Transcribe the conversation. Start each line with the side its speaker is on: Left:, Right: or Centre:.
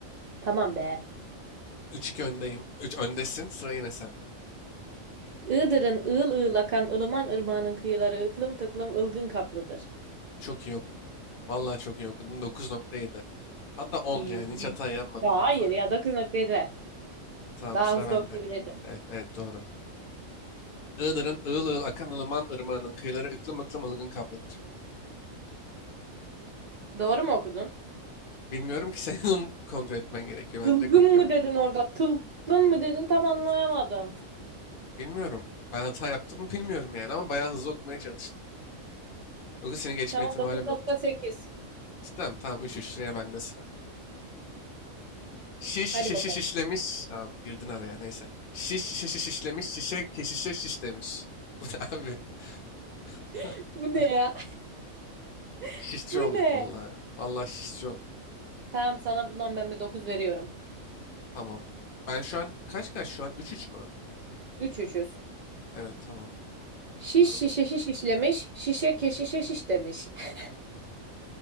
Right: Tamam be.
Left: 3-2 öndeyim. 3 öndesin. Sıra yine sende.
Right: Iğdır'ın ığıl ığıl akan ılıman ırmağının kıyıları ıklım tıklım ılgın kaplıdır.
Left: Çok iyi okudun. Vallahi çok iyi okudun. Dokuz nokta yedi. Hatta on
Right: İyi.
Left: yani hiç hata yanmadın
Right: Ya hayır
Left: valla.
Right: ya 9 noktayı ver.
Left: Tamam
Right: Daha
Left: sıra
Right: hızlı
Left: bende.
Right: okuyabilirdim.
Left: Evet, evet doğru. Iğdır'ın ığıl ığıl akan ılıman ırmağının kıyıları ıklım ıklım ılgın kaplıdır.
Right: Doğru mu okudun?
Left: Bilmiyorum ki <laughs> senin onu kontrol etmen gerekiyor. Ben
Right: Ilgın
Left: direkt okuyorum.
Right: mı dedin orada? Tılgın mı dedin? Tam anlayamadım.
Left: Bilmiyorum. Ben hata yaptım mı bilmiyorum yani ama bayağı hızlı okumaya çalıştım. Yoksa seni geçme
Right: Tamam
Left: ihtimalim
Right: dokuz nokta
Left: yoktu.
Right: sekiz.
Left: Cidden mi? Tamam 3-3 sıraya bende sıra. Şiş şişe
Right: Hadi bakalım.
Left: şiş işlemiş. Aa, girdin araya neyse. Şiş şişe şiş işlemiş. Şişe keşişe şiş demiş. Bu ne abi? <laughs>
Right: <laughs> Bu ne ya?
Left: Şişçi
Right: <laughs> Bu
Left: olduk
Right: ne?
Left: valla. Valla şişçi olduk.
Right: Tamam sana bundan ben bir 9 veriyorum.
Left: Tamam. Ben şu an kaç kaç şu an? üç üç mü?
Right: 3 üçüz.
Left: Evet tamam.
Right: Şiş
Left: Abi,
Right: şişe şiş işlemiş, şişe keşişe şiş demiş. <laughs>